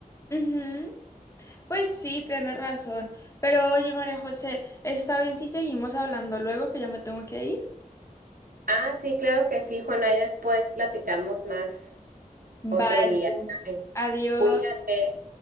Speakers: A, on the left (about 20°); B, on the right (about 75°).
A: ujú, Pues sí, tienes razón. Pero oye, María José, ¿está bien si seguimos hablando luego que ya me tengo que ir?
B: Ah, sí, claro que sí, Juana, y después platicamos más
A: Vale.
B: otro día. ¿sale?
A: Adiós.
B: Cuídate.